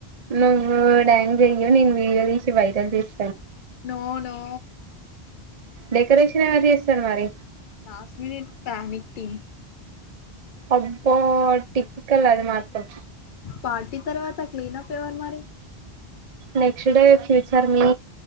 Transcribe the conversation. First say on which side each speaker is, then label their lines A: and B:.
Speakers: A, on the right; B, on the left.
A: నువ్వు డాన్స్ చెయ్యు నేను వీడియో తీసి వైరల్ చేస్
B: నో నో.
A: డెకరేషన్ ఎవరి చేస్తారు మరి.
B: లాస్ట్ మినిట్ ప్యానిక్ థింగ్
A: అబ్బ టిపికల్ అది మాత్రం.
B: పార్టీ తర్వాత క్లీన్ అప్ ఎవరు మరి
A: నెక్స్ట్ డే ఫ్యూచర్ మీ